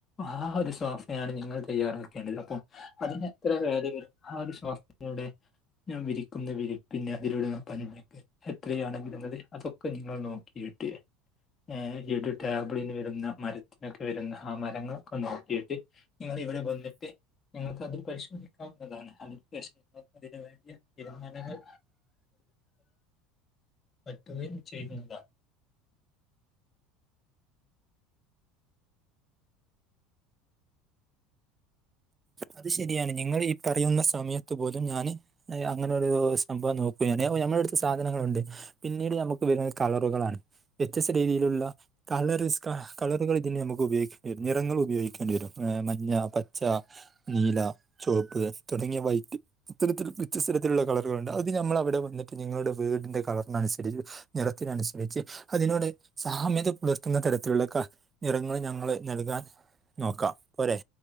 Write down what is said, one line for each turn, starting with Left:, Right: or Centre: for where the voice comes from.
Left: ആഹ് ഒരു സോഫയാണ് നിങ്ങൾ തയ്യാറാ അപ്പ അതിനത്ര വേദ ആഹ് ഒരു <inaudible> ഇടെ ഞാൻ വിരിക്കുന്ന വിരി പിന്നെ അതിലൂടെ പഞ്ഞക്കെ എത്രയാണ് വരുന്നത് അതൊക്കെ നിങ്ങൾ നോക്കിയിട്ട് ആഹ് ഇട് ടാബ്ളിന് വരുന്ന മരത്തിനൊക്കെ വരുന്ന മരങ്ങളൊക്കെ നോക്കിയിട്ട് നിങ്ങൾ ഇവിടെ വന്നിട്ട് നിങ്ങൾക്കതിൽ പരിശോ വുന്ന അ അതിന വേണ്ടിയ തീരുമാനങ്ങൾ പറ്റുകയും ചെയ്യുന്നതാ
Right: അത് ശരിയാണ് നിങ്ങൾ ഈ പറയുന്ന സമയത്ത് പോലും ഞാൻ അങ്ങനെ ഒരു സംഭവം നോക്കുകാണ് ഞമ്മളടത്ത് സാധനങ്ങളുണ്ട് പിന്നീട് നമുക്ക് വരുന്നത് കളറുകളാണ് വ്യത്യസ്ത രീതിയിലുള്ള കളർസ്ക കളറുകൾ ഇതിനെ നമുക്ക് ഉപയോഗിക്കേണ്ടി വരും നിറങ്ങൾ ഉപയോഗിക്കേണ്ടി വരും മഞ്ഞ പച്ച നീല ചുവപ്പ് തുടങ്ങിയ വൈറ്റ് ഇത്തരത്തിൽ വ്യത്യസ്ത തരത്തിലുള്ള കളറുകളുണ്ട് അത് ഞമ്മള് അവിടെ വന്നിട്ട് നിങ്ങളുടെ വീടിന്റെ കളറിന് അനുസരിച്ച് നിറത്തിന് അനുസരിച്ച് അതിനോട് സാമ്യത പുലർത്തുന്ന തരത്തിലുള്ള ക നിറങ്ങൾ ഞങ്ങള് നൽകാൻ നോക്കാം പോരെ